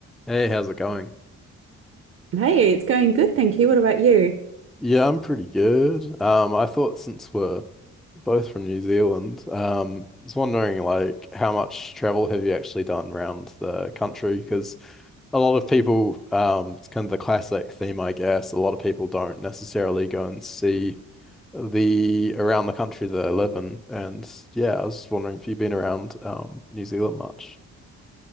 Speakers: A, in the centre; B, on the right (about 45°).
A: Hey, how's it going?
B: Hey, it's going good, thank you. What about you?
A: Yeah, I'm pretty good. Um, I thought since we're both from New Zealand, um, I was wondering like how much travel have you actually done around the country? Because a lot of people, um, it's kind of the classic theme, I guess. A lot of people don't necessarily go and see the around the country that they live in. And yeah, I was just wondering if you've been around um New Zealand much.